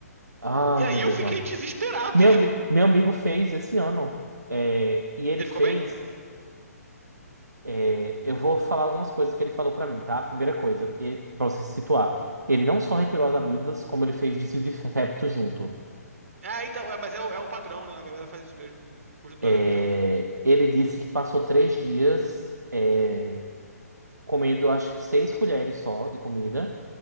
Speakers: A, on the right (about 80°); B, on the right (about 55°).
A: Ai,
B: E aí
A: meu Deus,
B: eu fiquei
A: não.
B: desesperado.
A: Meu, ami- meu amigo fez esse ano. É, e ele
B: Ele
A: fez.
B: ficou bem?
A: é, eu vou falar algumas coisas que ele falou pra mim, tá? Primeira coisa, ele, pra você se situar. Ele não só retirou as amígdalas, como ele fez desvio de septo junto.
B: Ah, então, é, mas é, o- é um padrão, né? A galera faz isso mesmo. Os dois
A: É,
B: ao mesmo tempo.
A: ele disse que passou três dias, é, comendo acho que seis colheres só de comida.